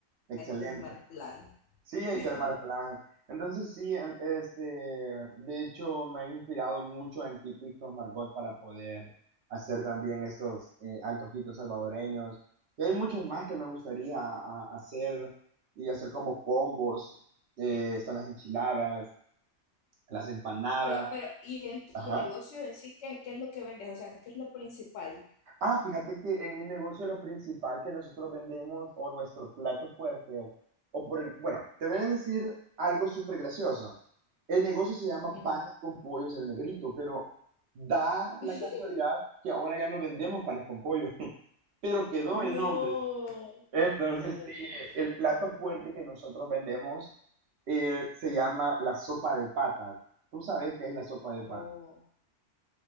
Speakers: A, on the right; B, on the left.
A: Excelente.
B: Hay que armar plan.
A: Sí, hay
B: <laughs>
A: que armar plan. Entonces sí, en- este, de hecho me he inspirado mucho en típicos Margot para poder hacer también estos eh, antojitos salvadoreños. Y hay muchos más que me gustaría a- a- hacer y hacer como combos. Eh, están las enchiladas, las empanadas.
B: Pero, pero, ¿y en tu
A: Ajá.
B: negocio en sí qué, qué es lo que vendes? O sea, ¿qué es lo principal?
A: Ah, fíjate que en el negocio lo principal que nosotros vendemos o nuestro plato fuerte o, o por el, bueno, te voy a decir algo súper gracioso. El negocio se llama
B: Ujú.
A: panes con pollos el Negrito, pero da la
B: <laughs>
A: casualidad que ahora ya no vendemos panes con pollo, <laughs> pero quedó
B: No.
A: el nombre. Entonces,
B: Qué del
A: sí,
B: nombre.
A: el plato fuerte que nosotros vendemos eh, se llama la sopa de patas. ¿Tú sabes qué es la sopa de patas?
B: Oh.